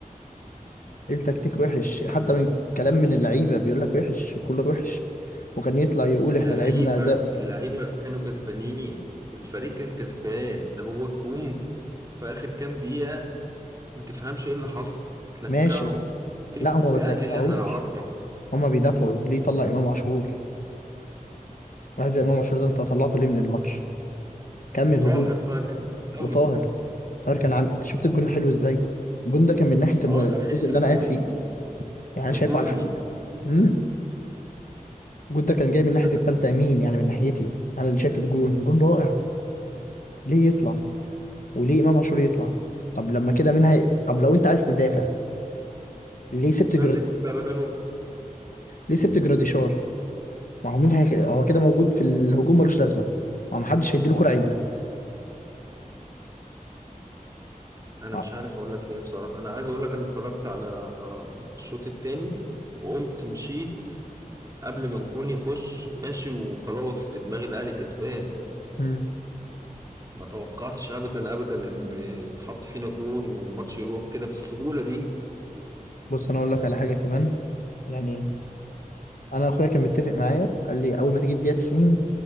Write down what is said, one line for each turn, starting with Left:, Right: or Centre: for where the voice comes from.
Left: التكتيك وحش حتى
Right: طب
Left: من كلام
Right: يعني
Left: من اللعيبه بيقول لك وحش كولر وحش وكان يطلع يقول
Right: اللعيبة
Left: احنا لعبنا اداء
Right: اللعيبة كانوا كسبانين الفريق كان كسبان ده هو الجوم في آخر كام دقيقة ما تفهمش ايه اللي حصل اتلكعوا
Left: ماشي
Right: فين
Left: لا هما ما
Right: الأهلي
Left: بيتلكعوش
Right: اللي احنا نعرفه
Left: هما بيدافعوا ليه طلع امام عاشور واحد زي امام عاشور ده انت طلعته ليه من الماتش كمل
Right: وطاهر
Left: هجوم
Right: طاهر كان كويس
Left: وطاهر
Right: قوي
Left: طاهر كان عامل انت شفت الجون حلو ازاي الجون ده كان من ناحيه الم-
Right: اه ده حتة
Left: الجزء اللي انا
Right: جون
Left: قاعد فيه يعني
Right: نجومي
Left: انا شايفه على الحقيقه امم الجون ده كان جاي من
Right: ده
Left: ناحية
Right: أنا
Left: التالتة يمين يعني من ناحيتي أنا اللي شايف الجون جون رائع ليه يطلع وليه إمام عاشور يطلع طب لما كده مين هي... طب لو أنت عايز تدافع ليه سبت
Right: نزل
Left: جراد
Right: جون بقى بدله
Left: ليه سبت جراديشار ما هو مين هي... هو كده موجود في الهجوم ملوش لازمة ما هو محدش هيديله كرة عدلة
Right: انا
Left: آه.
Right: مش عارف اقول لك ايه بصراحة انا عايز اقول لك انا اتفرجت على آه، الشوط التاني وقمت مشيت قبل ما الجون يخش ماشي وخلاص في دماغ الأهلي كسبان
Left: مم.
Right: ما توقعتش ابدا ابدا ان يتحط فينا جون والماتش يروح كده بالسهوله دي
Left: بص أنا أقول لك على حاجة كمان يعني أنا أخويا كان متفق معايا قال لي أول ما تيجي الدقيقة 90